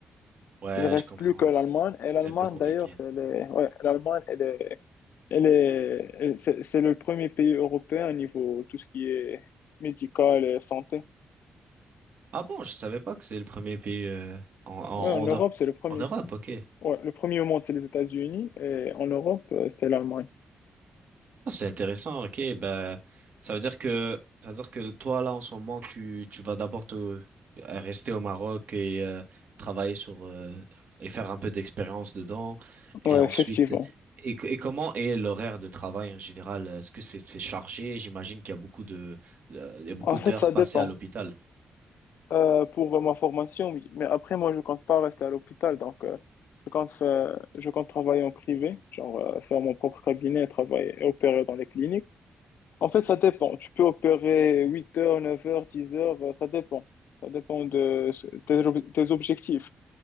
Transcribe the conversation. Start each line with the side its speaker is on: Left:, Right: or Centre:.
Right: Ouais,
Left: Il ne reste
Right: je comprends.
Left: plus que l'Allemagne. Et l'Allemagne,
Right: C'est un peu compliqué.
Left: d'ailleurs, c'est les- ouais, l'Allemagne, elle est, elle est, elle- c'est c'est le premier pays européen au niveau tout ce qui est médical et santé.
Right: Ah bon, je savais pas que c'est le premier pays euh, en en
Left: Ouais, en Europe,
Right: en, Eu-
Left: c'est le premier.
Right: en Europe. Ok.
Left: Ouais, le premier au monde, c'est les États-Unis. Et en Europe, euh, c'est l'Allemagne.
Right: Ah, c'est intéressant, ok. Ben, ça veut dire que, ça veut dire que toi, là, en ce moment, tu, tu vas d'abord te, euh, rester au Maroc et euh, travailler sur, euh, et faire un peu d'expérience dedans.
Left: Ouais,
Right: Et ensuite,
Left: effectivement.
Right: et, et comment est l'horaire de travail en général? Est-ce que c'est c'est chargé? J'imagine qu'il y a beaucoup de, euh, il y a beaucoup
Left: En fait,
Right: d'heures
Left: ça
Right: passées
Left: dépend.
Right: à l'hôpital.
Left: Euh, pour ma formation, oui. Mais après, moi, je compte pas rester à l'hôpital. Donc, euh, je compte, fa- je compte travailler en privé, genre euh, faire mon propre cabinet, travailler et opérer dans les cliniques. En fait, ça dépend. Tu peux opérer 8 heures, 9 heures, 10 heures, euh, ça dépend. Ça dépend de ce- tes, ob- tes objectifs.